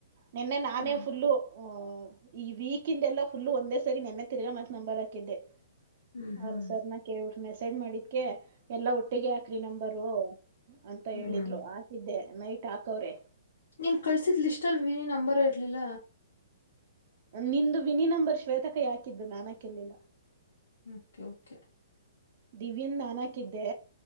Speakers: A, on the right (about 45°); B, on the left (about 80°).
A: ನಿನ್ನೆ ನಾನೇ
B: ಹ್ಮ್
A: ಫುಲ್ಲು. ಹ ಈ ವೀಕಿಂದೆಲ್ಲಾ ಫುಲ್ ಒಂದೇ ಸರಿ ನೆನ್ನ ತಿರ್ಗಾ ಮತ್ ನಂಬರ್ ಹಾಕಿದ್ದೆ.
B: ಹ್ಮ್ ಹ್ಮ್
A: ಅವರು ಸರ್ನ ಕೇಳ್ಬಿಟ್ಮೆ ತೆನ್ ಮಡಿಕ್ಕೆ ಎಲ್ಲ ಒಟ್ಟಿಗೆ ಹಾಕ್ರಿ ನಂಬರು ಅಂತ
B: ಹ್ಮ್
A: ಹೇಳಿದ್ರು ಹಾಕಿದ್ದೆ. ನೖಟಾಕವ್ರೆ.
B: ನೀನ್ ಕಳ್ಸಿದ್ ಲಿಸ್ಲಟ್ ವಿನಿ ನಂಬರೆ ಇರ್ಲಿಲ್ಲ.
A: ನಿಂದು ವಿನಿ ನಂಬರ್ ಶ್ವೇತಕ ಯಾಕಿದ್ದು ನಾನಕಿರ್ಲಿಲ್ಲ.
B: Okay okay.
A: ದಿವ್ಯನ್ ನಾನಾಕಿದ್ದೆ